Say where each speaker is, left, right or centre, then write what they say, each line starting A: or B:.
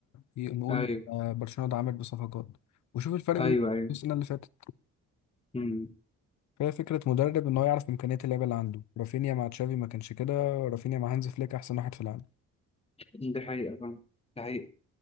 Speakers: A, on the left (about 50°); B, on the left (about 15°).
A: ي- نقول
B: ايوه
A: آه، برشلونه ده عامل بصفقات وشوف الفرق بين
B: ايوه ايوه
A: السنه اللي فاتت
B: امم
A: فهي فكرة مدرب ان هو يعرف امكانيات اللعيبة اللي عنده رافينيا مع تشافي ما كانش كده رافينيا مع هانز فليك احسن واحد في العالم
B: دي حقيقة فعلا دي حقيقة